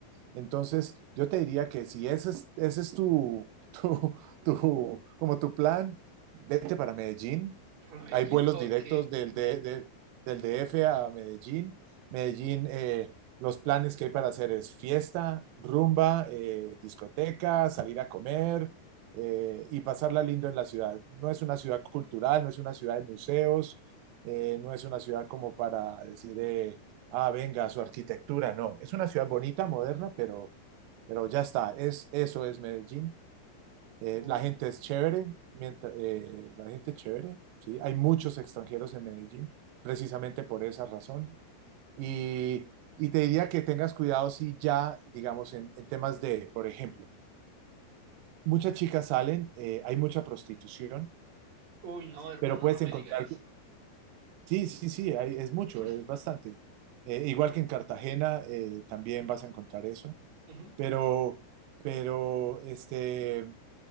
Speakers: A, on the right; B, on the right.
A: Entonces, yo te diría que si ese es, ese es tu, <laughs> tu, tu, como tu plan, vete para Medellín,
B: para Medellín,
A: hay vuelos
B: ok,
A: directos del, de, de- del D F a Medellín. Medellín, eh, los planes que hay para hacer es fiesta, rumba, eh, discoteca, salir a comer eh, y pasarla lindo en la ciudad. No es una ciudad cultural, no es una ciudad de museos, eh, no es una ciudad como para decir, eh, ah, venga, su arquitectura, no. Es una ciudad bonita, moderna, pero, pero ya está. Es, eso es Medellín. Eh,
B: uy,
A: la gente es chévere, mientras, eh, la gente es chévere, ¿sí? Hay muchos extranjeros en Medellín, precisamente por esa razón. Y, y te diría que tengas cuidado si ya, digamos, en, en temas de, por ejemplo, muchas chicas salen, eh, hay mucha prostitución,
B: uy, no, hermano,
A: pero puedes
B: no me
A: encontrar,
B: diga eso.
A: sí, sí, sí, hay- es mucho,
B: <clears throat>
A: es bastante. Eh, igual que en Cartagena, eh, también vas a encontrar eso,
B: Ujú.
A: pero, pero, este,